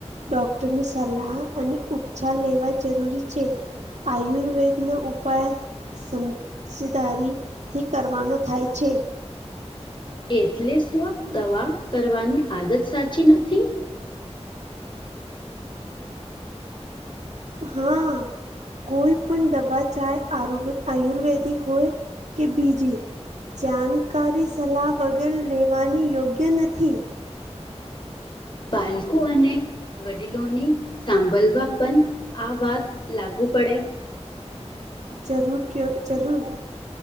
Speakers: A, on the right; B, on the left.
A: ડોક્ટરની સલાહ અને ઉપચાર લેવા જરૂરી છે આયુર્વેદનો ઉપાય સમ દારીથી કરવાનું થાય છે.
B: એટલે સ્વ દવા કરવાની આદત સાચી નથી.
A: હા. કોઈ પણ દવા ચાહે આરોગ આયુર્વેદિક હોય કે બીજી. જાણકારી સલાહ વગર લેવાની યોગ્ય નથી.
B: બાલકો અને વડીલોની સાંભળવા પણ આ વાત લાગુ પડે.
A: જરૂર કયો જરૂર.